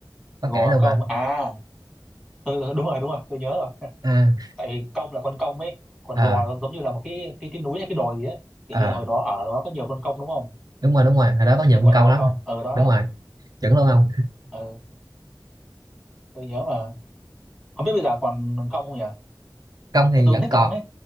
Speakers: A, on the right (about 55°); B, in the centre.
A: có
B: gò
A: kể luôn
B: công
A: hả
B: à tôi đúng rồi đúng rồi tôi nhớ rồi <laughs>
A: à
B: tại công là con công ấy còn
A: ờ
B: gò là giống như là một cái cái cái núi hay cái đồi gì ấy kiểu
A: ờ
B: như là hồi đó ở đó có nhiều con công đúng không
A: đúng rồi đúng rồi hồi đó có nhiều
B: nên
A: con
B: gọi
A: công
B: là gò
A: lắm
B: công ở đó đó
A: đúng rồi chuẩn luôn không
B: ừ. tôi nhớ mà không biết bây giờ còn công không nhỉ
A: công thì
B: tại tôi
A: vẫn
B: cũng thích
A: còn
B: công ấy